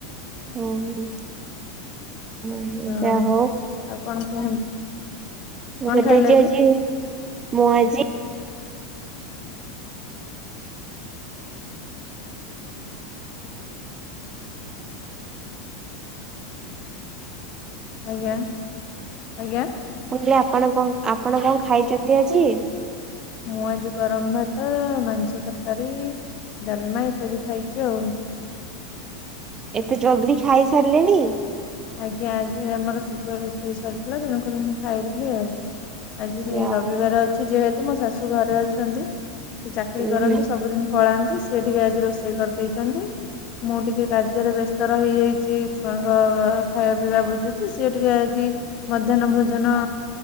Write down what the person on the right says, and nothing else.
ଓହୋ <unintelligible>
ଯାହୋଉ
ମୁଁ
କହିଲି
ଆଜି ଆଜି ମୁଁ ଆଜି
ମୁଁ କହିଲି ଆପଣ କଣ ଆପଣ କଣ ଖାଇଚନ୍ତି ଆଜି?
ଏତେ ଜଲ୍ଦି ଖାଇ ସାରିଲେଣି।
ଯା
ହଉ
ଉହୁଁ